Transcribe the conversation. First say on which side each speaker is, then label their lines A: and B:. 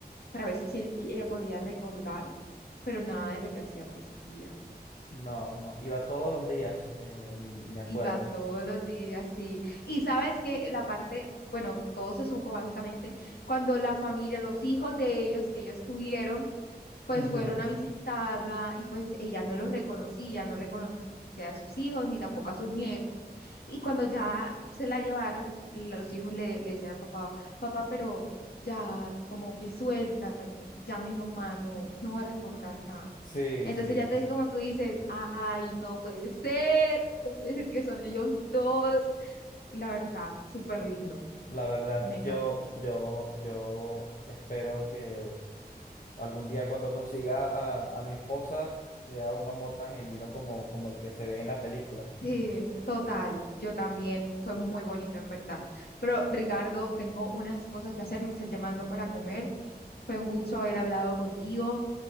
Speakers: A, on the left (about 70°); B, on the left (about 50°).
A: para ver si ella podía recordar, pero nada de lo que hacía pues servía.
B: No, no. Iba todos los días, eh, me acuerdo.
A: Y va todos los días, sí. Y sabes que la parte, bueno, todo se supo básicamente cuando la familia, los hijos de ellos que ellos tuvieron, pues
B: Ujú.
A: fueron a visitarla y pues ella no los reconocía, no reconocía a sus hijos ni tampoco a sus nietos. Y cuando ya se la llevaron, los hijos le, le decían a papá, papá, pero ya como que suelta, ya mi mamá no, no va a recordar nada.
B: Sí,
A: Entonces
B: sí.
A: ya te es como tú dices, ay, no puede ser, no puede ser que son ellos dos. La verdad, súper lindo,
B: La verdad,
A: me encanta.
B: yo,
A: súper.
B: yo, yo espero que algún día cuando consiga a, a mi esposa sea un amor tan genuino como, como el que se ve en la película.
A: Sí, total, yo también, fue muy bonito en verdad. Pero Ricardo, tengo unas cosas que hacer, me estás llamando para comer. Fue un gusto haber hablado contigo,